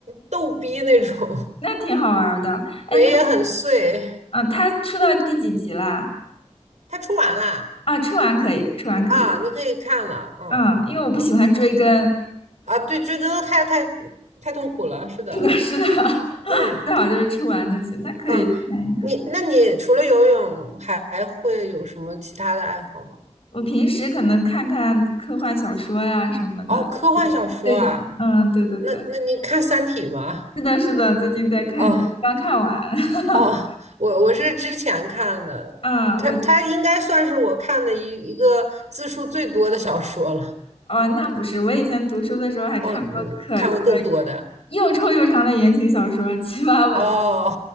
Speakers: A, on the right; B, on the left.
A: 逗逼那种，
B: 那挺好玩儿的。
A: <laughs>
B: 哎，
A: 嘴也很碎。
B: 那啊，他出到第几集啦？
A: 他出完了
B: 啊，出完可以，出完可以。
A: 啊，你可以看了，嗯。
B: 嗯，因为我不喜欢追更，
A: 啊，对，追根太太太痛苦了，是的，
B: 是的，是的，<laughs>
A: 嗯
B: 最好就是出完的剧，那可以看一下。
A: 嗯，你那你除了游泳，还还会有什么其他的爱好吗？
B: 我平时可能看看科幻小说呀什么的。
A: 哦，科幻小说啊，
B: 最近，嗯，对对对，
A: 那那你看《三体》吗？
B: 是的，是的，最近在看这个，
A: 哦
B: 刚看完。<laughs>
A: 哦，我我是之前看的，
B: 啊，
A: 它它应该算是我看的一一个字数最多的小说了。
B: 我哦，那不是，我以前读书的时候还看过可可
A: 哦，你看过更多的
B: 又臭又长的言情小说，七八本的
A: 哦，